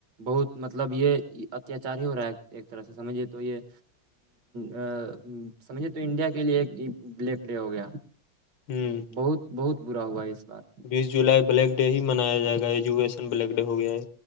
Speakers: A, on the right; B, on the left.
A: بہت مطلب یہ اتیاچار ہی ہو رہا ہے ایک طرح سے سمجھیے تو یہ ہ سمجھے تو انڈیا کے لیے ایک بلیک ڈے ہو گیا
B: ہوں
A: بہت بہت برا ہوا ہے اس بار
B: بیس جولائی بلیک ڈے ہی منایا جائے گا ایجوکیشن بلیک ڈے ہو گیا ہے